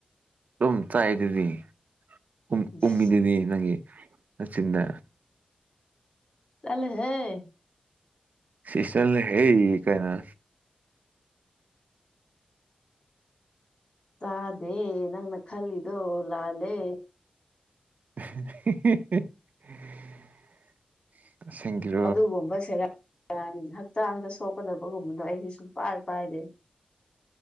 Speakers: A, on the right (about 65°); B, on the left (about 35°).
A: ꯑꯗꯨꯝ ꯆꯥꯏ ꯑꯗꯨꯗꯤ ꯎꯡ
B: ꯏꯁ
A: ꯎꯝꯃꯤꯗꯨꯗꯤ ꯅꯪꯒꯤ ꯅꯆꯤꯟꯗ
B: ꯆꯠꯂ ꯍꯩ
A: ꯁꯤꯁꯜꯂꯦ ꯍꯦ ꯀꯥꯏꯅ
B: ꯆꯥꯗꯦ ꯅꯪꯅ ꯈꯜꯂꯤꯗꯣ ꯂꯥꯜꯂꯦ
A: <inaudible> ꯊꯦꯡꯀꯤ꯭ꯌ
B: ꯑꯗꯨꯒꯨꯝꯕꯕꯁꯤꯦꯔ ꯍꯛꯆꯥꯡꯗ ꯁꯣꯛꯀꯗꯕꯒꯨꯝꯕꯗꯣ ꯑꯩꯗꯤ ꯁꯨꯡ ꯄꯥꯏ ꯄꯥꯏꯗꯦ